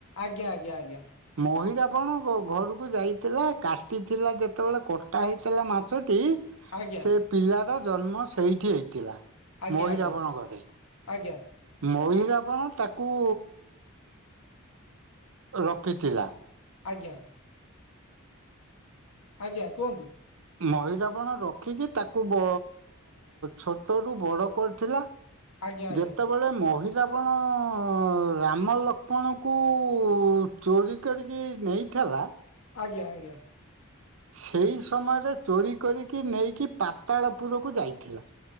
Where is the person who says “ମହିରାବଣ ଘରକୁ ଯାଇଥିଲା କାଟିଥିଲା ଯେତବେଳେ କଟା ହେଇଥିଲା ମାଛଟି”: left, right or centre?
Right